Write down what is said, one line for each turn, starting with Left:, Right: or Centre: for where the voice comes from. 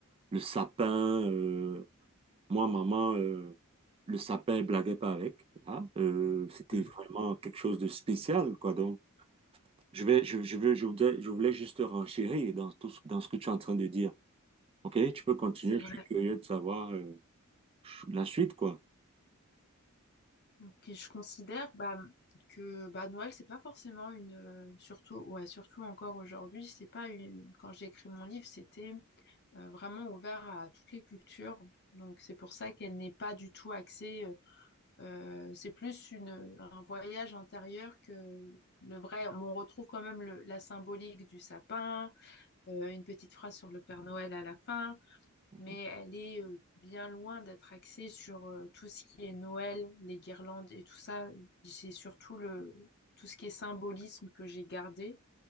Right: le sapin, euh, moi, maman, euh, le sapin, elle blaguait pas avec, hein. Euh, c'était
Left: Mhm.
Right: vraiment quelque chose de spécial, quoi. Donc, je vais, je, je veux, je voudrais, je voulais juste renchérir dans tout, ce- dans ce que tu es en train de dire. OK, tu peux continuer,
Left: c'est vrai.
Right: je suis curieux de savoir, euh, la suite, quoi.
Left: Ok, je considère bah, que bah, Noël, c'est pas forcément une. euh, surtout, ouais, surtout encore aujourd'hui, c'est pas une. Quand j'ai écrit mon livre, c'était euh, vraiment ouvert à toutes les cultures. Donc, c'est pour ça qu'elle n'est pas du tout axée. euh, euh, c'est plus une, un voyage intérieur que le vrai. On retrouve quand même le- la symbolique du sapin, euh, une petite phrase sur le Père Noël à la fin
Right: Mhm,
Left: mais elle est euh, bien loin d'être axée sur euh, tout ce qui est Noël, les guirlandes et tout ça. C'est surtout le tout ce qui est symbolisme que j'ai gardé